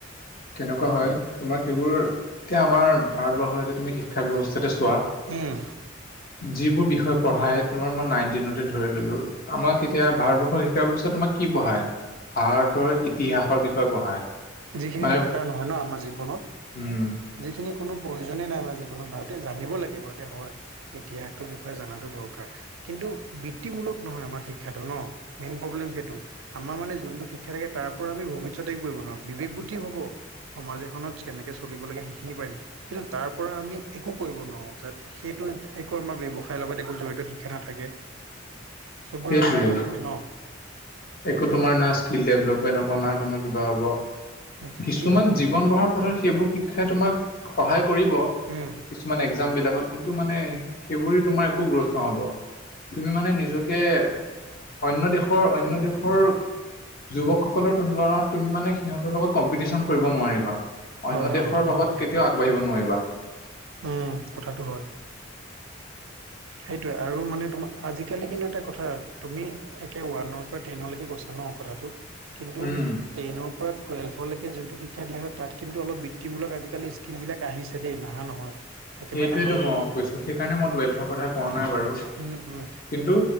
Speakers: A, on the left; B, on the right.
A: কেনেকুৱা হয় তোমাৰ সেইবোৰ এতিয়া আমাৰ ভাৰতবৰ্ষ এতিয়া তুমি শিক্ষা ব্যৱস্থাতো চোৱা।
B: উম।
A: যিবোৰ বিষয় পঢ়াই তোমাৰ মই নাইন টেনতে ধৰি ললো, আমাক এতিয়া ভাৰতবৰ্ষৰ শিক্ষা ব্যৱস্থা তোমাক কি পঢ়ায় ভাৰতৰ ইতিহাসৰ বিষয়ে পঢ়ায়।
B: যিখিনি
A: মানে
B: দৰকাৰ নহয় ন আমাৰ জীৱনত
A: উম
B: যিখিনি কোনো প্ৰয়োজনে নাই, আমাৰ জীৱনত ভাৰতে জানি ব‌ই লাগে হয়, ইতিহাসটোৰ বিষয়ে জনাটো দৰকাৰ। কিন্তু বৃত্তিমূলক নহয় আমাৰ শিক্ষাটো ন, মেইন প্ৰব্লেম সেইটো। আমাৰ মানে যোনটো শিক্ষা থাকে তাৰ পৰা আমি ভৱিষ্যতে কৰিব নোৱাৰোঁ বিবেক বুদ্ধি হব। সমাজ এখনত কেনেকে চলিব লাগে সেইখিনি পাৰিম কিন্তু তাৰ পৰা আমি এ একো কৰিব নোৱাৰো য'ত সেইটো একো আমাৰ ব্যৱসায়ৰ লগত একো জড়িত শিক্ষা নাথাকে। সেইবোৰ আমাৰ
A: সেইটোৱেই
B: একো নাথাকে ন।
A: একো তোমাৰ না স্কিল ডেভলপমেণ্ট হ'ব না তোমাৰ কিবা হ'ব।
B: উম
A: কিছুমান জীৱন গঢ়াৰ পথত সেইবোৰ শিক্ষাই তোমাক সহায়
B: হয়
A: কৰিব। কিছুমান এক্সাম বিলাকত কিন্তু মানে সেইবোৰে তোমাৰ একো গ্ৰোথ নহ'ব। তুমি মানে নিজকে অন্য দেশৰ অন্য দেশৰ। যুৱকসকলৰ তুলনাত তুমি মানে সিহঁতৰ লগত কম্পিটিশন কৰিব নোৱাৰিবা। অন্য
B: হয়
A: দেশৰ
B: কথাটো
A: লগত কেতিয়াও আগবাঢ়িব নোৱাৰিবা।
B: উম কথাটো হয় সেইটোৱে আৰু মানে তোমাক। আজিকালি কিন্তু এটা কথা তুমি একে ওৱানৰ পৰা টেনলৈকে কৈছা ন কথাটো। কিন্তু
A: উম,
B: টেনৰ পৰা টুৱেল্ভলৈকে যোনটো শিক ক্ষা দিয়া তাত কিন্তু অলপ বৃত্তিমূলক আজিকালি স্কিমবিলাক আহিছে দেই নাহা নহয়। একেবাৰে
A: সেইটোৱেতো
B: নাহা বুলি
A: মই
B: তুমি
A: কৈছো সেইকাৰণে মই টুৱেল্থৰ কথা কোৱা নাই বাৰু
B: উম উম
A: কিন্তু